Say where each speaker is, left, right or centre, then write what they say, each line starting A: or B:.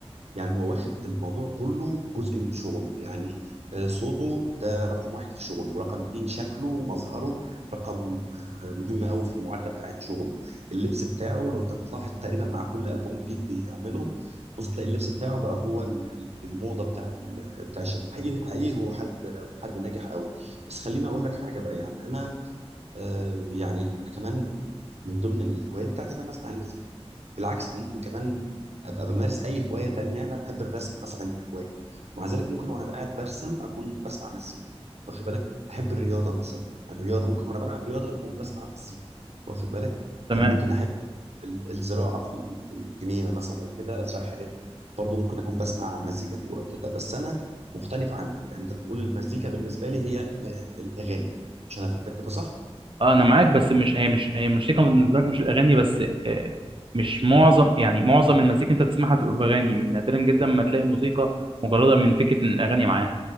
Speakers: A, on the right (about 80°); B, on the right (about 50°).
A: يعني هو واخد الموضوع كله جزء من شغله يعني آه، صوته ده رقم واحد في شغله ورقم اتنين شكله ومظهره رقم آه، مهم قوي في المعادلة بتاعت شغله اللبس بتاعه لو انت بتلاحظ تقريبا مع كل ألبوم جديد بيعمله بص تلاقي اللبس بتاعه بقى هو ال- ال- الموضة بتاع ال- بتاع الشباب حقيقي حقيقي هو حد هو حد ناجح قوي بس خليني اقول لك حاجة بقى يعني انا آه يعني انا كمان من ضمن الهوايات بتاعتي ان انا اسمع المزيكا بالعكس انا ممكن كمان ابقى بمارس اي هوايه تانية يعني انا بحب الرسم مثلا كهوايه ومع ذلك ممكن وانا قاعد برسم اكون بسمع مزيكا واخد بالك احب الرياضه مثلا الرياضه ممكن وانا بلعب رياضه اكون بسمع مزيكا واخد بالك
B: تمام
A: آه ممكن احب ال- ال- الزراعه في في الجنينه مثلا كده ازرع حاجات برضه ممكن اكون بسمع مزيكا في الوقت ده بس انا مختلف عنك يعني انت بتقول المزيكا بالنسبه لي هي آه، الاغاني عشان افهمك كده صح
B: آه، انا معاك بس مش هي مش هي الموسيقى بالنسبه لك مش الاغاني بس آه، مش معظم يعني معظم المزيكا انت بتسمعها تبقى باغاني نادرا جدا ما تلاقي موسيقى مجرده من فكره إن الاغاني معاها